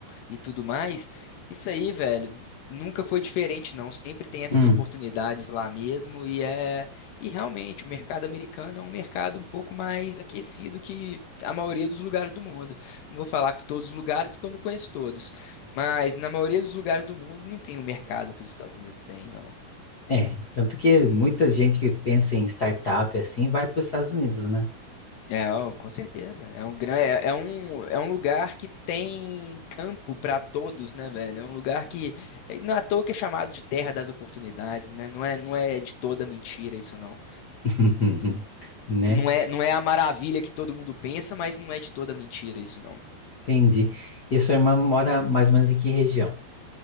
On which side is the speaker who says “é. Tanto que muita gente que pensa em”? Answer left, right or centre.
Left